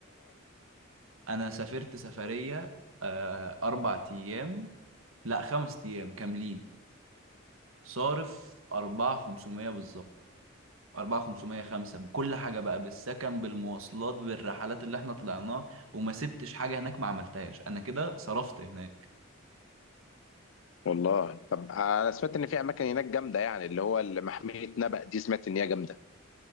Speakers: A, on the right; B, on the left.
A: انا سافرت سفرية آه 4 ايام لا 5 ايام كاملين صارف 4 500 بالظبط أربعة خمسمية خمسة بكل حاجة بقى بالسكن بالمواصلات بالرحلات اللي احنا طلعناها وما سبتش حاجة هناك ما عملتهاش أنا كده صرفت هناك
B: والله طب انا سمعت ان في اماكن هناك جامده يعني اللي هو اللي محميه نبأ دي سمعت ان هي جامده